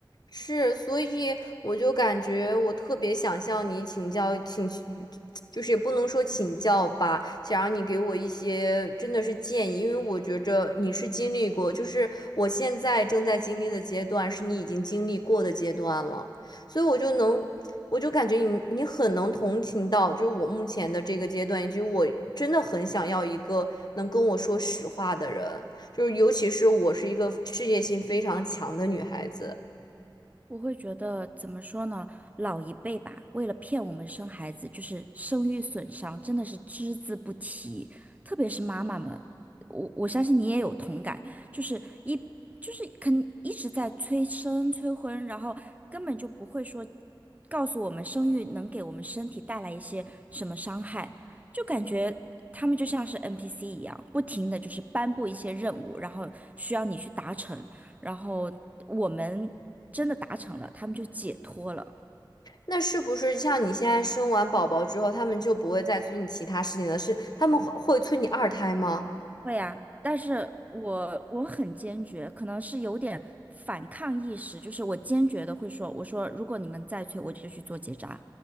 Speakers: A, on the left; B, on the right.
A: 是，所以我就感觉我特别想向你请教，请，就是也不能说请教吧，想让你给我一些真的是建议，因为我觉着你是经历过，就是我现在正在经历的阶段，是你已经经历过的阶段了，所以我就能，我就感觉你你很能同情到，就是我目前的这个阶段，以及我真的很想要一个能跟我说实话的人，就是尤其是我是一个事业心非常强的女孩子。
B: 我会觉得怎么说呢？老一辈吧，为了骗我们生孩子，就是生育损伤真的是只字不提，特别是妈妈们，我我相信你也有同感，就是一就是肯一直在催生催婚，然后根本就不会说告诉我们生育能给我们身体带来一些什么伤害，就感觉他们就像是 NPC 一样，不停的就是颁布一些任务，然后需要你去达成。然后我们真的达成了，他们就解脱了。
A: 那是不是像你现在生完宝宝之后，他们就不会再催你其他事情了？是他们会会催你二胎吗？
B: 会啊，但是我我很坚决，可能是有点反抗意识，就是我坚决的会说，我说如果你们再催，我就去做结扎。